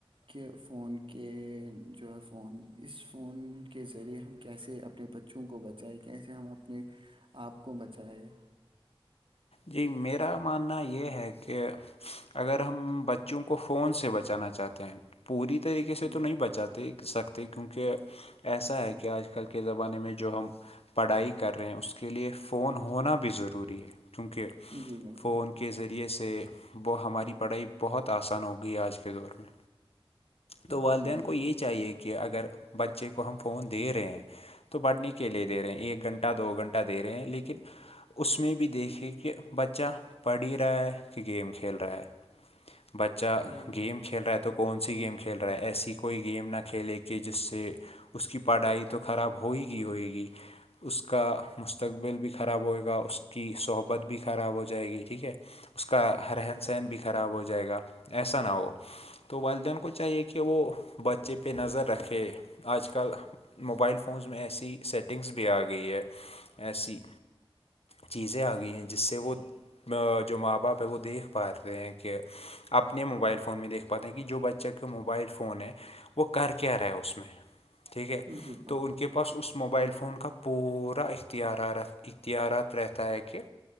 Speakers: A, on the right; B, on the left.
A: کے فون کے جو ہے فون اس فون کے ذریعے ہم کیسے اپ اپنے بچوں کو بچائے کیسے ہم اپنے آپ کو بچائے
B: جی میرا ماننا یہ ہے کہ اگر ہم بچوں کو فون سے بچانا چاہتے ہیں پوری طریقے سے
A: ہوں،
B: تو نہیں بچاتے سکتے کیونکہ ایسا ہے کہ آج کل کے زمانے میں جو ہم پڑھائی کر رہے ہیں اس کے لیے فون ہونا بھی ضروری ہے کیونکہ
A: جی بالکل
B: فون کے ذریعے سے وہ ہماری پڑھائی بہت آسان ہو گئی آج کے دور میں تو والدین
A: جی بالکل
B: کو یہ چاہیے کہ اگر بچے کو ہم فون دے رہے ہیں تو بانٹنے اکلے دے رہے ہیں ایک گھنٹہ دو گھنٹہ دے رہے ہیں لیکن اس میں بھی دیکھے کہ کہ بچہ پڑھ ہی رہا ہے کہ گیم کھیل رہا ہے بچہ
A: جی
B: گیم کھیل رہا ہے تو کون سی گیم کھیل رہا ہے ایسی کوئی گیم نہ کھیلے کہ جس سے اس کی پڑھائی تو خراب ہو ہی گی ہوئے گی اس کا مستقبل بھی خراب ہوئے گا اس کی صحبت بھی خراب ہو جائے گی ٹھیک ہے اس کا رہن سہن بھی خراب ہو جائے گا ایسا نہ ہو تو والدین کو کو چاہیے کہ وہ بچے پہ نظر رکھے آج کل موبائل فونز میں ایسی سیٹنگس بھی آ گئی ہے ایسی چیزیں آ گئی ہیں جس سے وہ جو ماں باپ ہے وہ دیکھ پا رہے ہیں کہ اپنے موبائل فون میں دیکھ پاتے ہیں کہ جو بچہ موبائل فون ہے وہ کر کیا رہ ہے اس میں ٹھیک ہے
A: جی بالکل
B: تو ان کے پاس اس اس موبائل فون کا پورا اختیار رت اختیارات ریت ہےک کہ